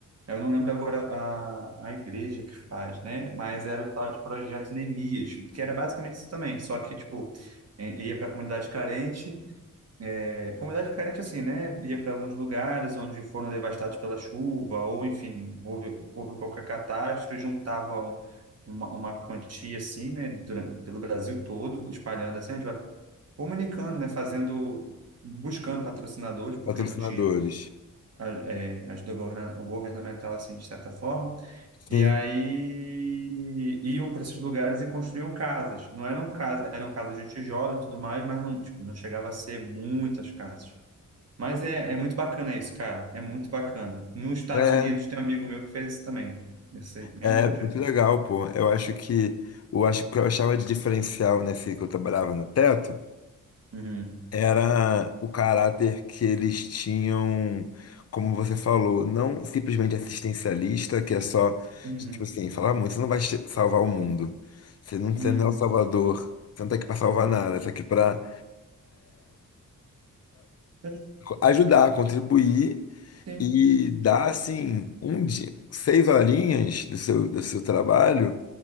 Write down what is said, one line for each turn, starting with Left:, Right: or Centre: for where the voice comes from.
Right: eu não lembro agora a, a igreja que faz, né? Mas era o tal de Projeto Neemias, que era basicamente isso também, só que, tipo, eh, ia para a comunidade carente, eh, comunidade carente assim, né? Ia para alguns lugares onde foram devastados pela chuva, ou enfim, houve, houve qualquer catástrofe, juntavam uma, uma quantia assim, né? Durante, pelo Brasil todo, espalhando assim, a gente vai comunicando, né? Fazendo, buscando patrocinadores, porque
Left: patrocinadores.
Right: não tinha a- eh, ajuda governa- governamental assim, de certa forma. E
Left: Sim,
Right: aí iam para esses lugares e construíam casas. Não eram casas, eram casas de tijolo e tudo mais, mas não, tipo, não chegava a ser muitas casas. Mas é, é muito bacana isso, cara. É muito bacana. Nos Estados
Left: é,
Right: Unidos tem um amigo meu que fez isso também. Esse mesmo
Left: é
Right: projeto.
Left: muito legal, pô. Eu acho que eu acho que eu achava de diferencial nesse que eu trabalhava no teto.
Right: Uhum.
Left: era o caráter que eles tinham, como você falou, não simplesmente assistencialista, que é só,
Right: Uhum.
Left: tipo assim, falar muito, você não vai che- salvar o mundo. Você não, você
Right: Uhum.
Left: não é o salvador, você não tá aqui para salvar nada, você tá aqui para
Right: Mas,
Left: ajudar, contribuir
Right: Sim.
Left: e dar, assim, um dia, seis horinhas do seu, do seu trabalho,